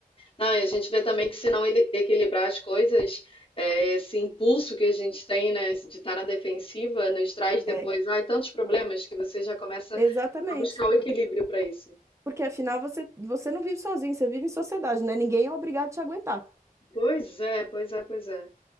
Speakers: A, on the left; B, on the right.
A: Não, e a gente vê também que se não ele- equilibrar as coisas, é, esse impulso que a gente tem, né, de estar na defensiva, nos traz depois,
B: É,
A: ai, tantos problemas que você já começa
B: exatamente.
A: a buscar o equilíbrio para isso.
B: Porque afinal você, você não vive sozinho, você vive em sociedade, né? Ninguém é obrigado a te aguentar.
A: Pois é, pois é, pois é.